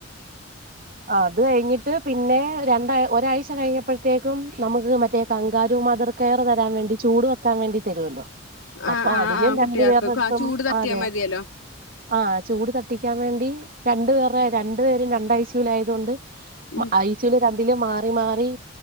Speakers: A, on the right; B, on the left.
A: ആഹ് അത് കഴിഞ്ഞിട്ട് പിന്നെ രണ്ട ഒരാഴ്ച ഴ്‌ച്ച കഴിഞ്ഞപ്പോഴത്തേക്കും നമുക്ക് മറ്റേ കങ്കാറു മതിർ കയർ തരാൻ വേണ്ടി ചൂട് വക്കാൻ വേണ്ടി തരുല്ലോ
B: ആഹ്
A: അപ്പൊ
B: ആഹ്
A: അതിനും
B: ആഹ് കുട്ടികൾക്ക്
A: രണ്ടു പേരടുത്തും
B: ആ ചൂട് തട്ടിയാ
A: ആതെ
B: മതിയല്ലോ
A: ആഹ് ചൂട് തട്ടിക്കാൻ വേണ്ടി രണ്ടുപേറെ രണ്ടു പേരും രണ്ട ഐസ്യുൽ ആയതുകൊണ്ട്
B: ഉം
A: ഐസിയു രണ്ടിലും മാറി മാറി